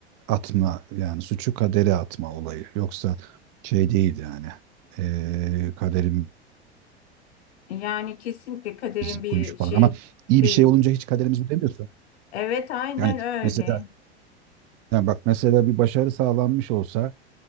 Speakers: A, on the right; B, on the left.
A: atma yani suçu kadere atma olayı. Yoksa şey değil yani. Ee, kaderim
B: Yani kesinlikle kaderin
A: biz
B: bir
A: koymuş falan
B: şey
A: ama iyi
B: değil.
A: bir şey olunca hiç kaderimiz bu demiyorsa.
B: Evet, aynen
A: Yani
B: öyle.
A: mesela yani bak mesela bir başarı sağlanmış olsa